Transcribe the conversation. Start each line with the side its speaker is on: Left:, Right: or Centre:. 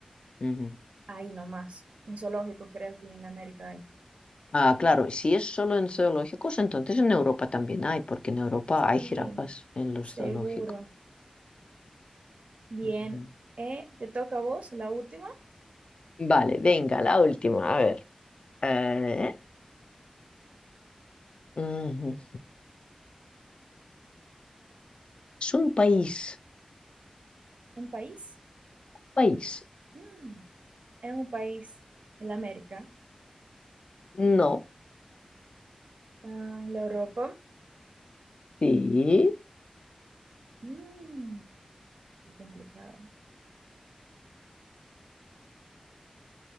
Left: ujú.
Right: Ahí nomás, en zoológicos creo que en América hay.
Left: Ah, claro, si es solo en zoológicos, entonces en Europa también hay, porque en Europa
Right: Sí,
Left: hay jirafas en los
Right: seguro.
Left: zoológicos.
Right: Bien,
Left: Ujú.
Right: Eh, ¿te toca a vos la última?
Left: Vale, venga, la última, a ver. Eh, ujú. Es un país,
Right: ¿Un país?
Left: país.
Right: Mm. en un país en América,
Left: No,
Right: ah, en la Europa.
Left: sí,
Right: Mm, qué complicado.